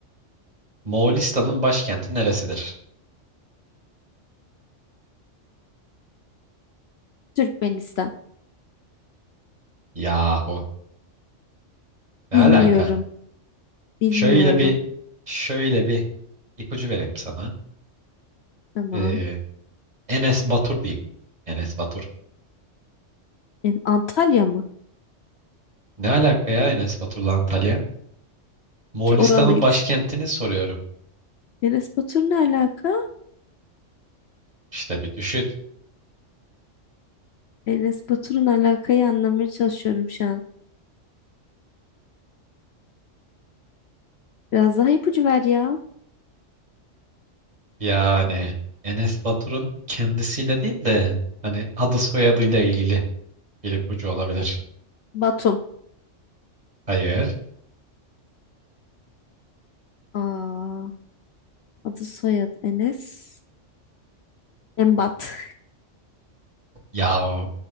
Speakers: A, on the right; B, on the left.
A: Moğolistan'ın başkenti neresidir?
B: Türkmenistan.
A: Yahu. Ne
B: Bilmiyorum.
A: alaka?
B: Bilmiyorum.
A: Şöyle bir şöyle bir ipucu vereyim sana.
B: Tamam.
A: Ee, Enes Batur diyeyim. Enes Batur.
B: Yani Antalya mı?
A: Ne alaka ya Enes Batur'la Antalya? Moğolistan'ın
B: Ki oralıydı.
A: başkentini soruyorum.
B: Enes Batur ne alaka?
A: İşte bir düşün.
B: Enes Batur'un alakayı anlamaya çalışıyorum şu an. Biraz daha ipucu ver ya.
A: Yani Enes Batur'un kendisiyle değil de hani adı soyadıyla ilgili bir ipucu olabilir.
B: Batum.
A: Hayır.
B: Aa. Adı soyadı Enes. Embat.
A: Ya o-